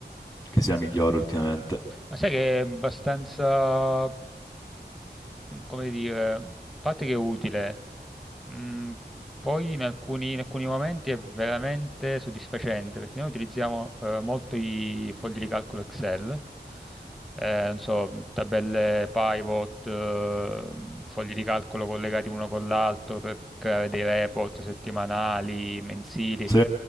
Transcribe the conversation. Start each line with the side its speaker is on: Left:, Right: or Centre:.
Left: che sia migliore ultimamente.
Centre: Ma sai che è abbastanza, come dire, a parte che è utile, mh, Poi in alcuni, in alcuni momenti è veramente soddisfacente perché noi utilizziamo eh, molto i fogli di calcolo Excel, eh, non so, tabelle pivot, eh, fogli di calcolo collegati uno con l'altro per creare dei report settimanali, mensili.
Left: Sì,